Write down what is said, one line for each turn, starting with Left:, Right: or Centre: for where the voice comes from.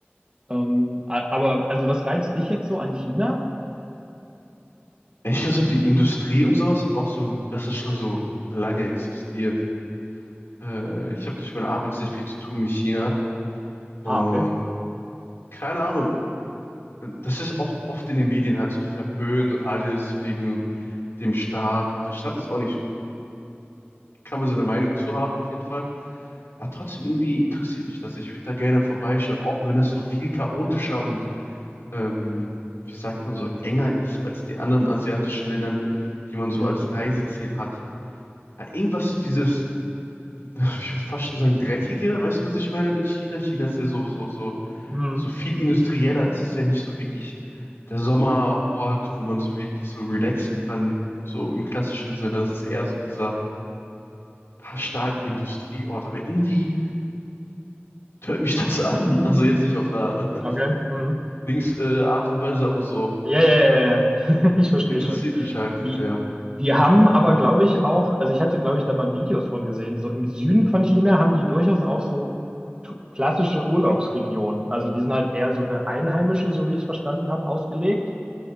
Right: Ähm, a- aber also was reizt dich jetzt so an China?
Left: Ich glaube, so die Industrie und sowas und auch so, dass das schon so lange existiert. Äh, ich habe durch meine Arbeit sehr viel zu tun mit China und
Right: Ah, okay.
Left: keine Ahnung, das ist auch oft in den Medien halt so verpönt und alles wegen dem Staat. Und der Staat ist auch nicht, kann man so eine Meinung zu haben auf jeden Fall. Aber trotzdem irgendwie interessiert mich das. Ich würde da gerne vorbeischauen, auch wenn es so viel chaotischer und, ähm, wie sagt man, so enger ist als die anderen asiatischen Ländern, die man so
Right: Mhm.
Left: als Reiseziel hat. Hat irgendwas so dieses, <laughs> ich würde fast schon sagen, dreckige, weißt du, was ich meine mit China? China ist ja so, so, so,
Right: Mhm.
Left: so viel industrieller. Das ist ja nicht so wirklich der Sommerort, wo man so wirklich so relaxen kann, so im klassischen Sinne. Das ist eher so dieser stark Industrieort. Aber irgendwie tönt mich das <laughs> an. Also jetzt nicht auf einer <laughs>
Right: <laughs> Okay. Mhm.
Left: Dings, äh, Art und Weise, aber so
Right: Ja, ja, ja, ja. <laughs> Ich verstehe
Left: interessiert
Right: schon.
Left: mich halt
Right: Die,
Left: sehr.
Right: die haben aber, glaube ich, auch, also ich hatte, glaube ich, da mal Videos von gesehen, so im Süden von China haben die durchaus auch so tu- klassische Urlaubsregionen. Also die sind halt eher so für Einheimische, so wie ich es verstanden habe, ausgelegt.